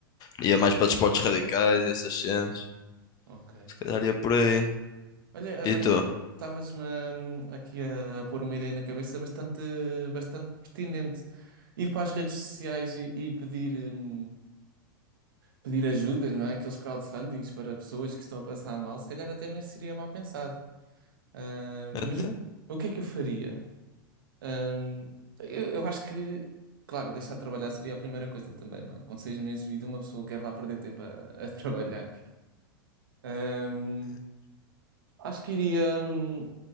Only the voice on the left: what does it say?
Ia mais para desportos radicais e essas cenas.
Se calhar ia por aí.
E tu?
Então,